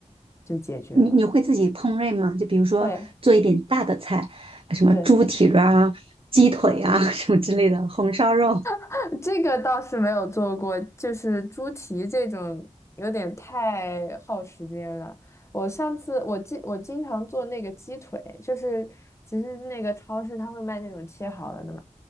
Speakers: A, on the left; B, on the right.
A: 就解决了。
B: 你你会自己烹饪吗？就比如说做一点大的菜，
A: 会，
B: 什么猪蹄儿啊、
A: 对，
B: 鸡腿啊 <laughs> 什么之类的，红烧肉。
A: <laughs> 这个倒是没有做过，就是猪蹄这种有点太耗时间了。我上次我经我经常做那个鸡腿，就是其实那个超市它会卖那种切好了的嘛，